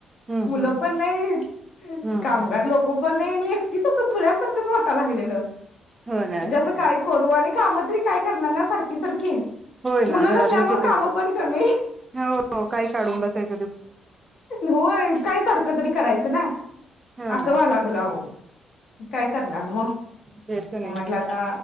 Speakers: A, on the right; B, on the left.
A: हम्म
B: मुल
A: हम्म
B: पण नाहीत
A: हम्म
B: ती कामगार लोक पण नाही मी एकटीच अस खुळ्यासारखच वाटाय लागलेल. म्हणजे
A: हो ना आता
B: अस काय करू आणि काम तरी काय करणार ना सारखी सारखी
A: होय ना
B: मुलं
A: घरातल
B: नसल्यामुळे
A: किती
B: कामं पण कमी
A: हो काय काढून बसाय
B: होय काय सारख तरी कराय च् ना
A: हो
B: अस
A: ना
B: व्हायला लागल आहो. काय करताय. म्हणार म मग
A: द्यायच नाही
B: म म्हटल आता